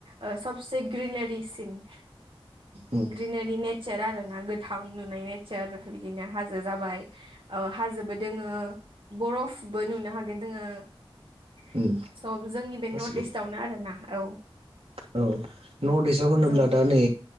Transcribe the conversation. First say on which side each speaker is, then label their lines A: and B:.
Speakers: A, on the right; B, on the right.
A: ओ सब से ग्रिनारि सिन
B: उम
A: ग्रिनेरि नेथ चार आरो ना गोथां नुनाय नेचार बिदिनो हाजो जाबाय ओ हाजोबो दोङो बरफबो नुनो हागोन जोङो
B: उम
A: सब जोंनि बे
B: गासिबो
A: नर्थ इस्टवनो आरोना औ
B: औ नर्थ इस्टव होनोब्ला
A: जों
B: दा नै